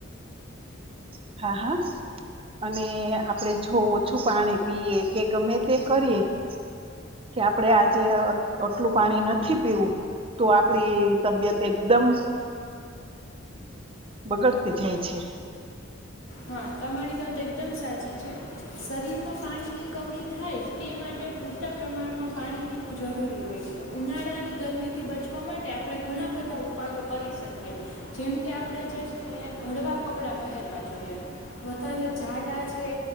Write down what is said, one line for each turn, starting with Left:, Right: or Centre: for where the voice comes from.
Right: હા, હા. અને આપણે જો ઓછું પાણી પીએ કે ગમે, તે કરીએ કે આપણેે આજે આટલું પાણી નથી, પીવું તો આપડી તબિયત એકદમ. બગડતી જાય છે.
Left: હા, તમારી વાત એકદમ સાચી છે, શરીરમાં પાણીની કમી થાય તે માટે પૂરતા પ્રમાણમાં પાણી પીવું જરૂરી હોય છે, ઉનાળાની ગરમીથી બચવા માટે આપણે ઘણા બધા ઉપાયો કરી શકીએ જેમ કે આપણે જે છે, એ હળવાં કપડાં પહેરવા જોઈએ. વધારે જાડા છે,